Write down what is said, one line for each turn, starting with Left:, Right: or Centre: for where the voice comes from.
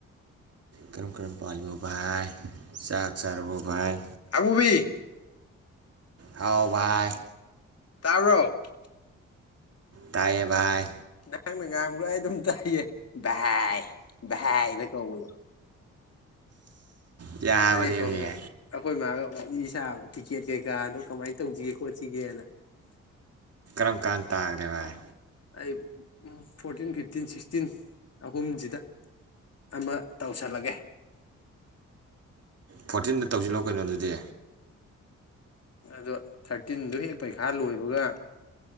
Right: ꯀꯔꯝ ꯀꯔꯝꯕ ꯄꯥꯜꯂꯤꯕꯚꯥꯏ ꯆꯥꯛ ꯆꯥꯔꯨꯔꯕ ꯚꯥꯏ
Left: ꯑꯃꯨꯕꯤ
Right: ꯍꯥꯎ ꯚꯥꯏ
Left: <unintelligible>
Right: ꯇꯥꯏꯌꯦꯚꯥꯏ
Left: ꯅꯍꯥꯛꯅ ꯉꯥꯡꯕ꯭ꯔꯥ ꯑꯩ ꯑꯗꯨꯝ ꯇꯥꯏꯌꯦ ꯥꯚꯥꯏ ꯚꯥꯏꯅ ꯇꯧꯕꯗ‌ꯣ
Right: ꯌꯥꯕꯅꯦꯃꯤ
Left: ꯑꯩ ꯁꯣꯝꯗ ꯑꯩꯈꯣꯏ ꯃꯥꯒ ꯋꯥꯔꯤꯁꯥꯕ ꯇꯤꯛꯀꯦꯠ ꯀꯩꯀꯥꯗꯣ ꯀꯃꯥꯏꯅ ꯇꯧꯁꯤꯒꯦ ꯈꯣꯠꯁꯤꯒꯦꯅ
Right: ꯀꯔꯝ ꯀꯥꯟ ꯇꯥꯈ꯭ꯔꯦ ꯚꯥꯏ
Left: ꯑꯩ ꯎꯝ ꯐꯣꯔꯇꯤꯟ ꯐꯤꯞꯇꯤꯟ ꯁꯤꯛꯁꯇꯤꯟ ꯑꯍꯨꯝꯁꯤꯗ ꯑꯃ ꯇꯧꯁꯜꯂꯒꯦ꯫
Right: ꯐꯣꯔꯇꯤꯟꯗ ꯇꯧꯁꯤꯜꯂꯣ ꯀꯩꯅꯣ ꯑꯗꯨꯗꯤ
Left: ꯑꯗꯣ ꯊꯥꯔꯇꯤꯟꯗꯣ ꯍꯦꯛ ꯄꯩꯈꯥ ꯂꯣꯏꯕꯒ